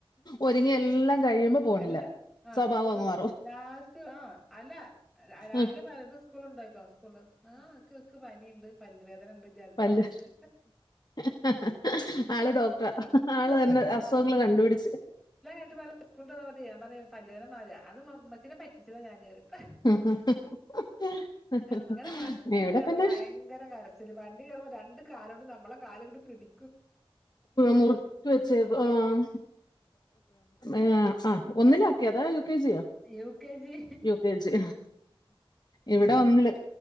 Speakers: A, on the left; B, in the centre.
A: ഒരുങ്ങി എല്ലാം കഴിയുമ്പോ പോണില്ല
B: എല്ല ആഹ്
A: സ്വഭാവം
B: ന്നിട്ട്
A: അങ്ങ് മാറും
B: ലാസ്റ്റ് ആഹ് അല്ല രാവിലെ
A: ആഹ്
B: പറത് ഉസ്കൂളിണ്ടൊ യിക്കോ സ്കൂള് ആഹ് ക്ക് ക്ക് പനിയിണ്ട് പല്ലുവേദനണ്ട് ജലദോഷണ്ട്
A: പല്ല് <unintelligible> ആള് ഡോക്ടറ ആള്
B: ആഹ്
A: തന്നെ അസുഖങ്ങള് കണ്ടുപിടിച്ച്
B: ന്നിട്ട് പറയും സ്കൂളിട്ട് വന്ന റയും പറഞ്ഞ ഞമ്പാറിയൂ പല്ല് വേദന മാറിയ അതുമ്മച്ചിനെ പറ്റിച്ചതാ ഞാന് റയും
A: <unintelligible>
B: അങ്ങനെ വണ്ടി കേറൂ
A: പിന്നെ
B: ഭയങ്കര കരച്ചില് വണ്ടി കേറുമ്പോ രണ്ട് കാലോണ്ടും നമ്മളെ കാലങ്ങട് പിടി
A: മുറുക്കി വച്ച് ആഹ് <unintelligible>
B: ഉം
A: ഒന്നില കെതാ യു കെ ജിയോ
B: U K G
A: U KG ഇവിടെ ഒന്നില്